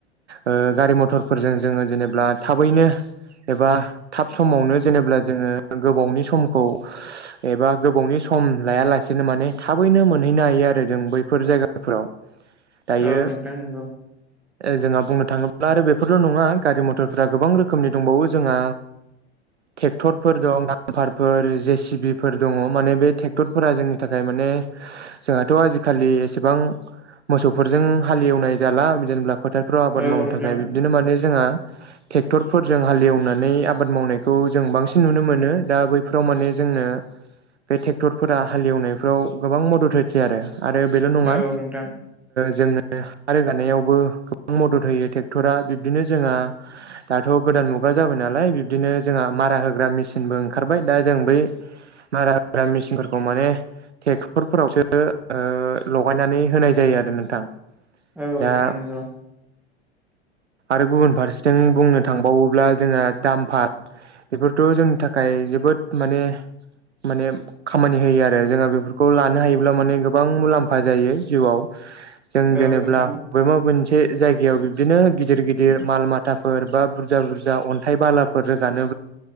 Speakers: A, on the right (about 80°); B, in the centre.
A: ओ गारि मथरफोरजों जोङो जेनेबा थाबैनो एबा थाब समावनो जेनेबब्ला जोङो गोबावनि समखौ एबा गोबावनि सम लायालासेनो माने थाबैनो मोनहैनो हायो आरो जों बैफोर जायगाफोराव दायो
B: औ नोंथां नंगौ
A: जोंहा बुंनो थाङोब्ला आरो बेफोरल' नङा गारि मथरफोरा गोबां रोखोमनि दंबावो जोंहा ट्रेक्टरफोर दं डामफारफोर जे सिबिफोर दङ माने बे फोरा जोंनि थाखाय माने जोंहाथ' आजिखालि एसेबां मोसौफोरजों हालेवनाय जाला जेनेबा फोथारफ्राव आबाद
B: औ
A: मावनो
B: नोंथां
A: थाखाय बिबदिनो माने जोंहा ट्रेक्टरफोरजों हालएवनानै आबाद मावनायखौ जों बांसिन नुनो मोनो दा बैफोराव माने जोंनो बे फोरा हालेवनायफ्राव गोबां मदद होसै आरो आरो बेल' नङा
B: औ नोंथां
A: जोङो हा रोगानायावबो गोबां मदद होयो ट्रेक्टरा बिब्दिनो जोंहा दाथ' गोदान मुगा जाबाय बिदिनो जोंहा मारा होग्रा मिसिन बो ओंखार दा जों बै मारा होग्रा फोरखौ माने ट्रेक्टर फोरावसो लगायनानै होनाय जायो आरो नोंथां
B: औ
A: दा
B: नोंथां नोंगौ
A: आरो गुबुन फारसेथिं बुंनो थांबावोब्ला जोंहा दामफा बेफोरथ' जोंनि थाखाय जोबोद माने माने खामानि होयो आरो जोंहा बेफोरखौ लानो हायोब्ला माने गोबां मुलाम्फा जायो जिउआव जों
B: औ
A: जेनेबा
B: नोंथां
A: बबे मोनसे मोनसे जायगायाव बिब्दिनो गिदिर गिदिर माल माथाफोर बा बुरजा बुरजा अन्थाइ बालाफोर रोगानो